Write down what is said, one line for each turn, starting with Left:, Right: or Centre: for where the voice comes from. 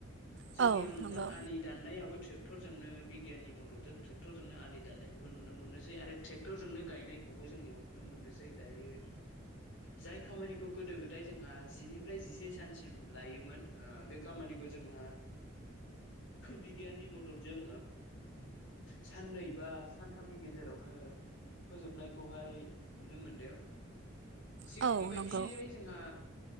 Left: जोंनियाव
Right: औ
Left: नोंथां
Right: नंगौ
Left: आ दनाय ट्क्टनो बिगियाननि मददजों ट्रेक्टरजोंनो आलि दाननायखौबो नुनो मोनसै आरो ट्रेक्टरजोंनो गायनायखौबो जोंनियाव नुनो मोनो दायो जाय खामानिखौ गोदो गोदाय जोंहा जि निफ्राय जिसे सानसिम थायोमोन बे खामानिखौ जोंहा बिगियाननि मददजों साननै बा सानथामनि गेजेरावनो फोजोबनायखौहाय नुनो मोनदों सिगांनि
Right: औ
Left: बायदियै
Right: नंगौ
Left: जोंहा